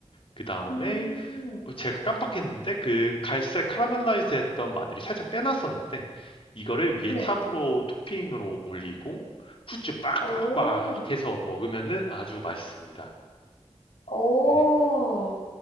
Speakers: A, on the left; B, on the left.
A: 그 다음에
B: 음, 음,
A: 어, 제가 깜빡했는데 그 갈색 카라멜라이즈 했던 마늘이 살짝 빼놨었는데 이거를 위에
B: 네.
A: 탑으로 토핑으로 올리고 후추 빡빡빡
B: 오,
A: 해서 먹으면은 아주 맛있습니다.
B: 오.
A: 음.